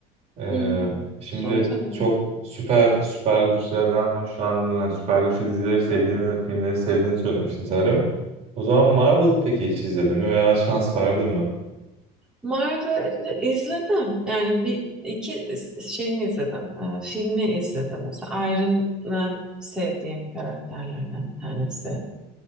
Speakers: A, on the right; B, in the centre.
A: Ee,
B: Hı hı.
A: şimdi
B: Sonra tabii.
A: çok süper süper güçlerden hoşlandığını, süper güçlü dizileri sevdiğini, filmleri sevdiğini söylemiştin sanırım. O zaman Marvel'ı peki hiç izledin mi veya şans verdin mi?
B: Marvel'ı izledim. Yani bir iki şeyini izledim. Ee, filmi izledim. Mesela Iron Man sevdiğim karakterlerden bir tanesi.
A: <laughs>